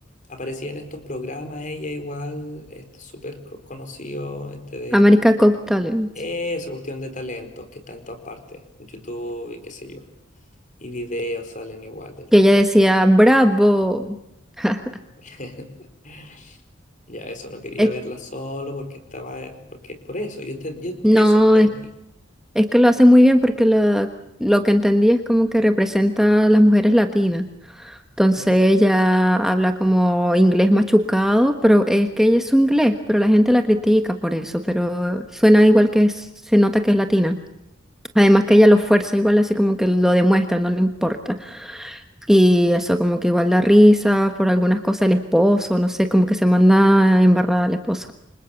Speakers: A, on the left; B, in the centre.
A: aparecía en estos programas ella igual, este súper co- conocido, este del,
B: America Cop Talents.
A: esa cuestión de talentos que está en todas partes, en YouTube y qué sé yo. Y videos salen igual del
B: Y
A: tema.
B: ella decía, bravo. <laughs>
A: <laughs> Ya eso, no quería
B: Es-
A: verla solo porque estaba, eh, porque por eso, yo, enten- yo
B: no,
A: eso entendí.
B: es, es que lo hacen muy bien porque lo, lo que entendí es como que representa a las mujeres latinas. Entonces
A: Ya,
B: ella habla como inglés machucado, pero es que ella es su inglés, pero la gente la critica por eso, pero suena igual que es- se nota que es latina. Además que ella lo fuerza igual, así como que lo demuestra, no le importa. Y eso como que igual da risa por algunas cosas el esposo, no sé, como que se manda embarrada al esposo,